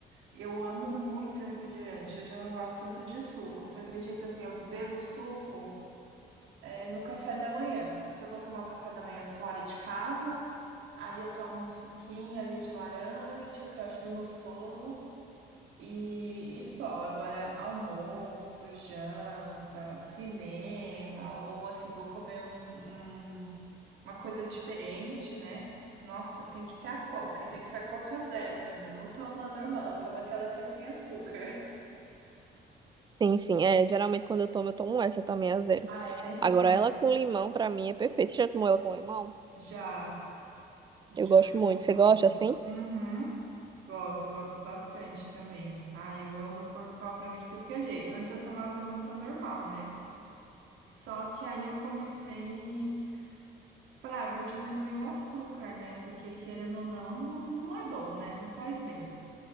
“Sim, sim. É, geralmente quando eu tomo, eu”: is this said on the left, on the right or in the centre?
Right